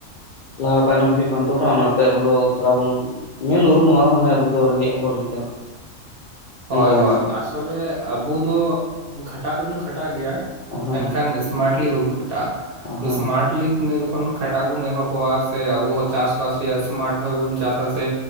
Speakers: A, on the left; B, on the right.
A: ᱞᱟᱦᱟ ᱛᱟᱭᱱᱚᱢ ᱦᱩᱭᱩᱜ ᱠᱟᱱ ᱛᱟᱵᱚᱱᱟ ᱚᱱᱟᱛᱮ ᱟᱵᱚ ᱫᱚ ᱛᱷᱚᱲᱟ ᱵᱚᱱ᱾ ᱧᱮᱞ ᱩᱨᱩᱢᱚᱜᱼᱟ ᱢᱟᱱᱮ ᱟᱵᱚ ᱫᱚ ᱨᱮᱸᱜᱮᱡ ᱦᱚᱲ ᱞᱮᱠᱟ᱾
B: <unintelligible> ᱦᱳᱭ
A: ᱚᱱᱠᱟ
B: ᱦᱳᱭ
A: ᱦᱮᱱᱟᱜ ᱵᱚᱱᱟ
B: ᱟᱥᱚᱞᱮ ᱟᱵᱚ ᱫᱚ ᱠᱷᱟᱴᱟᱜ ᱫᱚᱵᱚᱱ ᱠᱷᱟᱴᱟᱜ ᱜᱮᱭᱟ
A: ᱦᱳᱭ
B: ᱢᱮᱱᱠᱷᱟᱱ᱾ ᱢᱟᱴᱞᱤ ᱵᱵᱩ ᱠᱷᱴᱟ
A: ᱦᱳᱭ
B: ᱮᱥᱢᱟᱴᱞᱤ ᱛᱤᱱᱟᱜ ᱡᱚ᱾ ᱚᱠᱷᱚᱱ ᱠᱷᱟᱴᱟᱜ ᱵᱚᱱ ᱮᱦᱚᱵᱚᱜᱼᱟ ᱥᱮ ᱟᱵᱚ ᱦᱚᱸ ᱪᱟᱥᱵᱟᱥ ᱨᱮᱭᱟᱜ ᱮᱥᱢᱟᱴ ᱵᱷᱟᱵᱮ ᱵᱚᱱ ᱪᱟᱥᱟ ᱵᱟ-ᱟ ᱥᱮ᱾